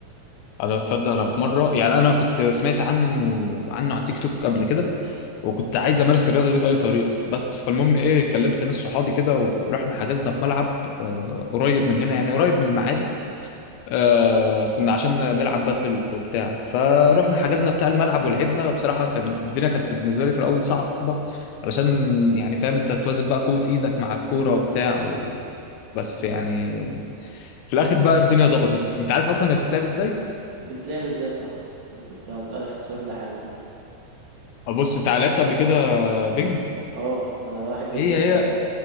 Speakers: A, on the left (about 85°); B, on the right (about 65°).
A: انا تصدق انا في مرة يعني انا كنت سمعت عنه عنه على تيك توك قبل كده وكنت عايز امارس الرياضة دي بأي طريقة بس فالمهم ايه كلمت ناس صحابي كده ورحنا حجزنا في ملعب آه، قريب من هنا يعني قريب من المعادي آه كنا عشان نلعب بدل وبتاع فروحنا حجزنا بتاع الملعب ولعبنا بصراحة كان الدنيا كانت بالنسبة لي في الأول صعبة علشان يعني فاهم أنت توازن بقى قوة إيدك مع الكورة وبتاع و... بس يعني في الآخر بقى الدنيا ظبطت أنت عارف أصلا هي بتتلعب إزاي؟
B: بتتلعب ازاي صح انا كنت هسألك السؤال ده حالا
A: بص أنت لعبت قبل كده بينج
B: اه ده انا بحب
A: هي
B: البنج
A: هي
B: اهو